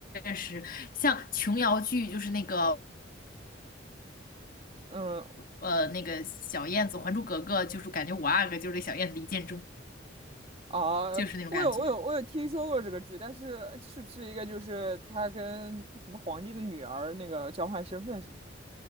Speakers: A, on the left; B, on the right.
A: 实，像琼瑶剧，就是那个
B: 嗯，
A: 呃那个小燕子，《还珠格格》就是感觉五阿哥就是小燕子一见钟，
B: 啊，
A: 就是那种感觉。
B: 我有我有我有听说过这个剧，但是是不是一个就是他跟什么皇帝的女儿那个交换身份什么的？